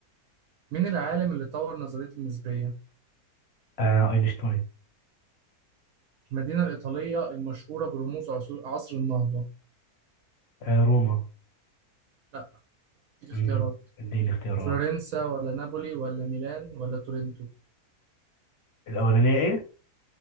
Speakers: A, on the right; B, on the left.
A: مين العالم اللي طور نظرية النسبية؟
B: آه اينشتاين
A: المدينة الإيطالية المشهورة برموز عصور- عصر النهضة
B: آه روما
A: لا اديك اختيارات
B: مم. اديني اختيارات
A: فلورنسا ولا نابولي ولا ميلان ولا تورنتو
B: الاولانية ايه